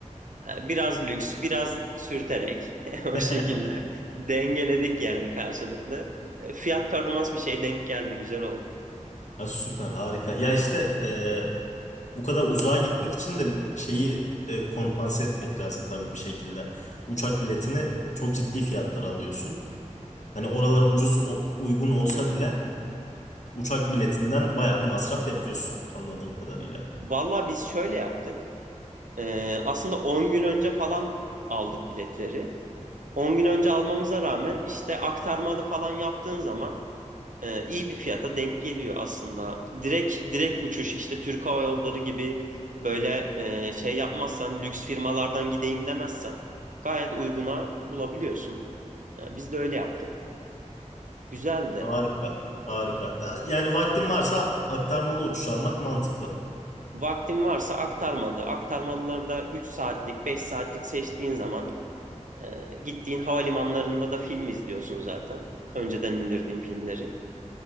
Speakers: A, on the right; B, on the left.
A: Ee, Biraz lüks, biraz sürterek <laughs> o
B: <laughs>
A: şekilde dengeledik yani karşılıklı. Ee, Fiyat performans bir şey denk geldi. Güzel oldu.
B: Ha, süper harika. Ya işte e, bu kadar uzağa gitmek için de şeyi e, kompanse etmek lazım tabii bir şekilde. Uçak biletini e, çok ciddi fiyatlar alıyorsun. Hani oralara ucuz o- uygun olsa bile uçak biletinden bayağı bir masraf yapıyorsun anladığım kadarıyla.
A: Valla biz şöyle yaptık. Ee, aslında 10 gün önce falan aldık biletleri. 10 gün önce almamıza rağmen işte aktarmalı falan yaptığın zaman e, iyi bir fiyata denk geliyor aslında. Direkt direkt uçuş işte Türk Hava Yolları gibi böyle e, şey yapmazsan lüks firmalardan gideyim demezsen gayet uyguna bulabiliyorsun. E, biz de öyle yaptık. Güzeldi.
B: Harika. Harika. Da- Yani vaktin varsa aktarmalı uçuş almak mantıklı.
A: Vaktin varsa aktarmalı. Aktarmalıları da 3 saatlik, 5 saatlik seçtiğin zaman e, gittiğin havalimanlarında da film izliyorsun zaten. Önceden indirdiğin filmleri.